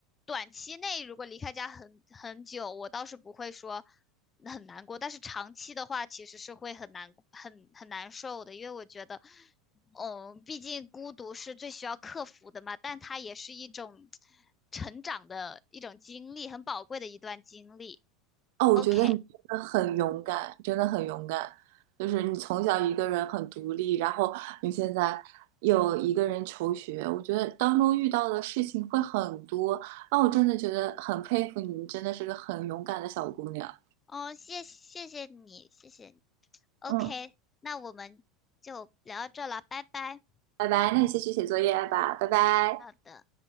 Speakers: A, on the left (about 20°); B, on the right (about 70°).
A: 短期内如果离开家很很久，我倒是不会说。很难过，但是长期的话其实是会很难很很难受的，因为我觉得，嗯，毕竟孤独是最需要克服的嘛，但它也是一种成长的一种经历，很宝贵的一段经历。
B: 哦，我觉得你真的很勇敢，
A: OK，嗯，
B: 真的很勇敢。就是你从小一个人很独立，然后你现在又一个人求学，我觉得当中遇到的事情会很多。那我真的觉得很佩服你，你真的是个很勇敢的小姑娘。
A: 哦，谢谢谢你，谢谢你。OK，
B: 嗯，
A: 那我们就聊到这了，拜拜。
B: 拜拜，那你先去写作业吧，拜拜。
A: 好的。